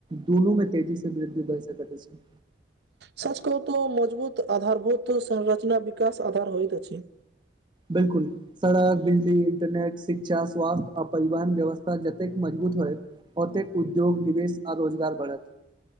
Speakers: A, on the right; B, on the right.
A: दुनू मे तेजी से वृद्धि भय सकैत अछि।
B: सच कहू़ं तो मजबूत आधारभूत संरचना विकाश आधार होइत अछि।
A: बिल्कुल सड़क, बिजली, इंटरनेट, शिक्षा, स्वास्थ्य आ परिवहन व्यवस्था जतेक मजबूत होयत ओतेक उद्योग, निवेश आ रोजगार बढ़त।